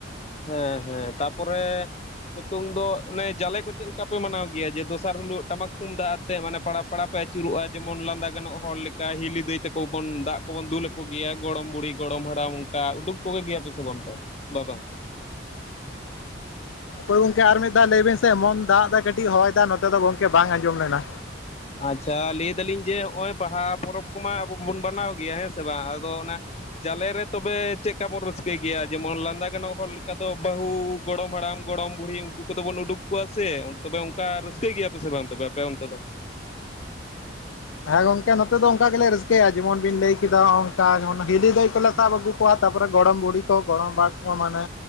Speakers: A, on the left (about 35°); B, on the left (about 90°).
A: ᱦᱮᱸ ᱦᱮᱸ ᱛᱟᱯᱚᱨᱮ᱾ ᱱᱤᱛᱚᱝ ᱫᱚ ᱚᱱᱮ ᱡᱟᱞᱮ ᱠᱚ ᱪᱮᱫ ᱞᱮᱠᱟ ᱯᱮ ᱢᱟᱱᱟᱣ ᱜᱮᱭᱟ ᱡᱮ ᱫᱚᱥᱟᱨ ᱦᱤᱞᱳᱜ ᱴᱟᱢᱟᱠ ᱛᱩᱢᱫᱟᱹᱜ, ᱥᱮ ᱢᱟᱱᱮ ᱯᱟᱲᱟ ᱯᱟᱲᱟ ᱯᱮ ᱟᱹᱪᱩᱨᱚᱜᱼᱟ ᱡᱮᱢᱚᱱ ᱞᱟᱸᱫᱟ ᱜᱟᱱᱚᱜ ᱦᱚᱲ ᱞᱮᱠᱟ ᱦᱤᱞᱤ ᱫᱟᱹᱭ ᱛᱟᱠᱚ ᱵᱚᱱ ᱫᱟᱜᱼᱼ ᱠᱚᱵᱚᱱ ᱫᱩᱞ ᱟᱠᱚ ᱜᱮᱭᱟ ᱜᱚᱲᱚᱢ ᱵᱩᱲᱦᱤ ᱜᱚᱲᱚᱢ ᱦᱟᱲᱟᱢ ᱚᱱᱠᱟ ᱩᱰᱩᱠ ᱠᱚᱜᱮ ᱜᱮᱭᱟ ᱯᱮᱥᱮ ᱵᱟᱝ ᱚᱱᱠᱟ ᱵᱟ ᱵᱟᱝ,
B: ᱦᱳᱭ ᱜᱚᱢᱠᱮ ᱟᱨ ᱢᱤᱫ ᱫᱷᱟᱣ ᱞᱟᱹᱭ ᱵᱤᱱ ᱥᱮ ᱮᱢᱚᱱ ᱫᱟᱜ ᱮᱫᱟᱭ ᱠᱟᱹᱴᱤᱡ ᱦᱚᱭ ᱫᱟ ᱱᱚᱛᱮ ᱫᱚ ᱜᱚᱝᱠᱮ ᱵᱟᱝ ᱟᱸᱡᱚᱢ ᱞᱮᱱᱟ?
A: ᱟᱪᱪᱷᱟ ᱞᱟᱹᱭ ᱫᱟᱞᱤᱧ ᱡᱮ ᱦᱚᱜᱚᱭ ᱵᱟᱦᱟ ᱯᱚᱨᱚᱵᱽ ᱠᱚᱢᱟ ᱟᱵᱚ ᱵᱚᱱ ᱢᱟᱱᱟᱣ ᱜᱮᱭᱟ ᱦᱮᱸ ᱥᱮ ᱵᱟᱝ ᱟᱫᱚ ᱚᱱᱮ, ᱡᱟᱞᱮ ᱨᱮ ᱛᱚᱵᱮ ᱪᱮᱫᱠᱟ ᱵᱚᱱ ᱨᱟᱹᱥᱠᱟᱹᱭ ᱜᱮᱭᱟ ᱡᱮᱢᱚᱱ ᱞᱟᱸᱫᱟ ᱜᱟᱱᱚᱜ ᱦᱚᱲ ᱞᱮᱠᱟ ᱫᱚ ᱵᱟᱹᱦᱩ ᱜᱚᱲᱚᱢ ᱦᱟᱲᱟᱢ ᱜᱚᱲᱚᱢ ᱵᱩᱲᱦᱤ ᱩᱱᱠᱩ ᱠᱚᱫᱚ ᱵᱚᱱ ᱩᱰᱩᱠ ᱠᱚᱣᱟ ᱥᱮ ᱛᱚᱵᱮ ᱚᱱᱠᱟ ᱨᱟᱹᱥᱠᱟᱹ ᱜᱮᱭᱟ ᱯᱮ ᱥᱮ ᱵᱟᱝ ᱟᱯᱮ ᱚᱱᱛᱮ ᱫᱚ?
B: ᱦᱮᱸ ᱜᱚᱝᱠᱮ ᱱᱚᱛᱮ ᱫᱚ ᱚᱱᱠᱟ ᱜᱮᱞᱮ ᱨᱟᱹᱥᱠᱟᱹᱭᱟ ᱡᱮᱢᱚᱱ ᱵᱤᱱ ᱞᱟᱹᱭ ᱠᱮᱫᱟ ᱦᱚᱸ ᱱᱚᱝᱠᱟ ᱦᱚᱸ ᱦᱤᱞᱤ ᱫᱟᱹᱭ ᱠᱚᱞᱮ, ᱥᱟᱵ ᱟᱹᱜᱩ ᱠᱚᱣᱟ ᱛᱟᱯᱚᱨᱮ ᱜᱚᱲᱚᱢ ᱵᱩᱲᱦᱤ ᱠᱚ ᱜᱚᱲᱚᱢ ᱵᱟᱜ ᱠᱚ ᱢᱟᱱᱮ